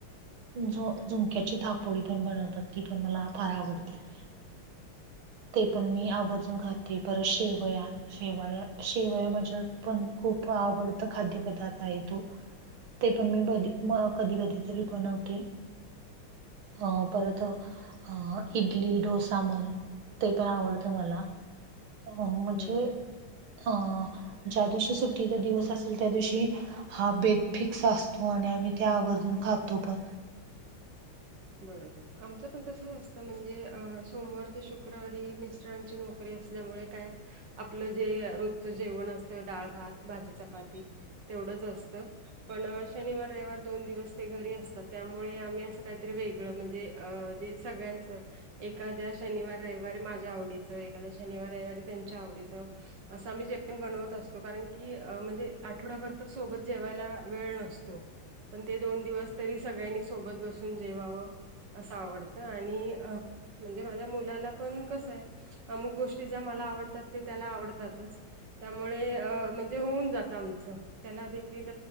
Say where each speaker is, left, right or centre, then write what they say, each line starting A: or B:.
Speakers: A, on the right (about 75°); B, on the right (about 55°).
A: झु झुमक्याची थापोळी पण बनवतात ती पण मला फार आवडते. <inaudible> <unintelligible>
B: <unintelligible> <inaudible>
A: ते पण मी आवर्जून खाते परत शेवया. शेवाळ्या शेवया माझ्या पण खूप आवडत खाद्यपदार्थ आहे तो. ते पण मी ब कधी कधी तरी बनवते. अ परत. अ इडली डोसा मन ते पण आवडतं मला. अ म्हणजे
B: बरोबर
A: अ ज्या दिवशी सुट्टीचा दिवस असेल त्या दिवशी. हा बेेत फिक्स असतो आणि आम्ही त्या आवर्जून खातो पण.
B: बरोबर आमच पण तस असतं म्हणजे सोमवार ते शुक्रवारी मिस्टरांची नोकरी. क असल्यामुळे काय आपलं जे रोजचं जेवण असतं डाळ भात भाजी चपाती तेवढंच असतं पण शनिवार रविवार दोन दिवस ते घरी असतात त्यामुळे आम्ही असं काही,, वेगळं म्हणजे जे सगळ्यांचं. एखाद्या शनिवार रविवारी माझ्या आवडीचं, एखाद्या शनिवार रविवारी त्यांच्या आवडीचं. असं आम्ही जेवण बनवत असतो कारण की म्हणजे आठवड्याभर तर सोबत जेवायला वेळ नसतो. पण ते दोन दिवस तरी सगळ्यांनी सोबत बसून जेवावं. असं आवडतं आणि म्हणजे माझ्या मुलाला पण कसं आहे. अमुक गोष्टी ज्या मला आवडतात ते त्याला आवडतातच. त्यामुळे म्हणजे होऊन जातं आमचं. त्याला देखील